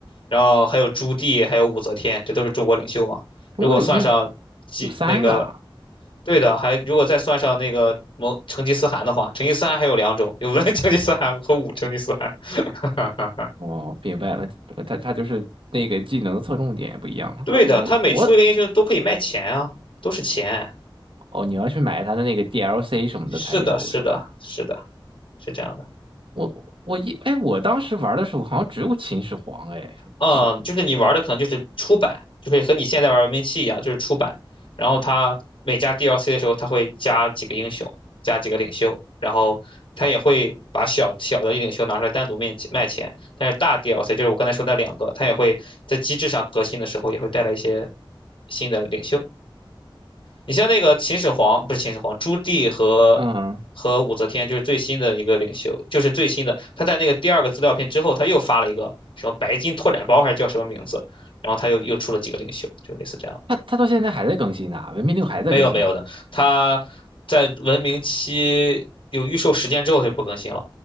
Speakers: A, on the left; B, on the right.
A: 然后还有朱棣，还有武则天，这都是中国领袖嘛。
B: 中国柳絮
A: 如果算上几那个，
B: 有三个啊。
A: 对的，还如果再算上那个蒙成吉思汗的话，成吉思汗还有两种，有文 <laughs> 成吉思汗和武成吉思汗。<laughs>
B: 哦，明白了，他他就是那个技能的侧重点不一样。
A: 对的，
B: 就是我我
A: 他每出一个英雄都可以卖钱啊，都是钱。
B: 哦，你要去买他的那个 DLC 什么的才有是吗？
A: 是的，是的，是的，是这样的。
B: 我我一哎，我当时玩的时候好像只有秦始皇哎，
A: 嗯，
B: 是
A: 就是你玩的可能就是出版，就是和你现在玩文明七一样，就是出版。然后它每加 DLC 的时候，它会加几个英雄，加几个领袖，然后它也会把小小的领袖拿出来单独面卖钱。但是大 DLC 就是我刚才说那两个，它也会在机制上革新的时候，也会带来一些新的领袖。你像那个秦始皇，不是秦始皇，朱棣和和武则天，
B: 嗯，
A: 就是最新的一个领袖，就是最新的。他在那个第二个资料片之后，他又发了一个什么白金拓展包，还是叫什么名字？然后他又又出了几个领袖，就类似这样的。
B: 他他到现在还在更新呢，文明六还在更新啊。
A: 没有没有的，他在文明期有预售时间之后就不更新了。